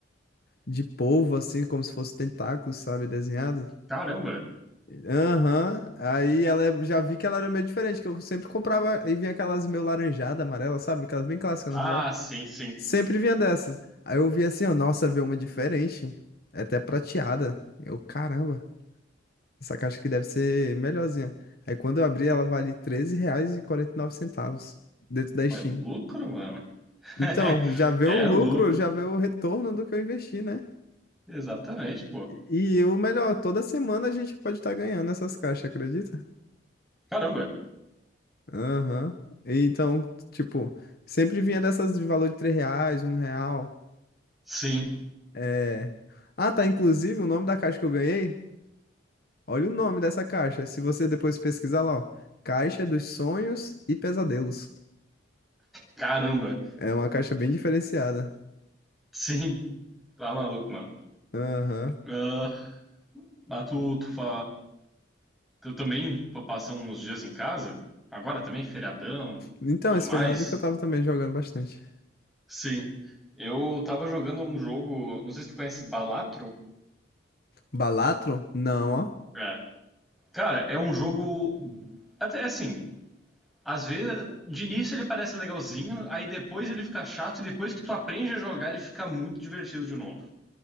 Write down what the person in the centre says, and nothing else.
Caramba.
Ah,
sim, sim.
Pô,
é lucro, mano. <laughs>
É
lucro.
Exatamente, pô.
Caramba.
Sim.
Caramba.
Sim. Tá maluco, mano.
Ah, mas tu, tu fa... Eu também pa- passei uns dias em casa. Agora também, feriadão,
tudo
mais.
Sim. Eu tava jogando um jogo. Não sei se tu conhece Balatro.
É. Cara, é um jogo. Até assim, Às vezes, de início ele parece legalzinho, aí depois ele fica chato e depois que tu aprende a jogar ele fica muito divertido de novo.